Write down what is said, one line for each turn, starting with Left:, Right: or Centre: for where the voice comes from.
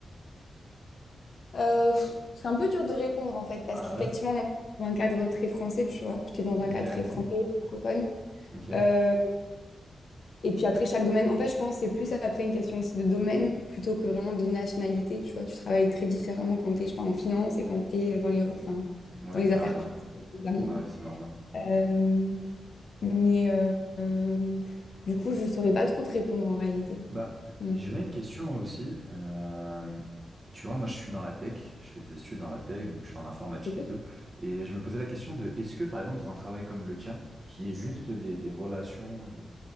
Left: euh, pff, c'est un peu dur de répondre en fait, parce
Right: Ah
Left: qu'effectivement,
Right: ouais?
Left: moi, je suis dans un cadre très français, tu vois. J'étais dans un
Right: OK,
Left: cadre très français, francophone.
Right: OK.
Left: Euh, et puis après, chaque domaine, en fait, je pense que c'est plus après une question aussi de domaine plutôt que vraiment de nationalité, tu vois. Tu travailles très différemment quand t'es, je sais pas, en finance et quand t'es dans les, re- enfin,
Right: Ouais,
Left: dans les
Right: ça
Left: affaires
Right: a rien
Left: publiques,
Right: à voir.
Left: évidemment.
Right: Ouais, c'est normal.
Left: Euh, mais euh, euh, pff, du coup, je saurais pas trop te répondre en réalité.
Right: Bah,
Left: Mm.
Right: j'aurais une question aussi. Euh, tu vois, moi, je suis dans la tech, je fais des études dans la tech, donc je suis en informatique
Left: Ouais.
Right: et tout. Et je me posais la question de, est-ce que, par exemple, dans un travail comme le tien, qui est juste des, des relations et,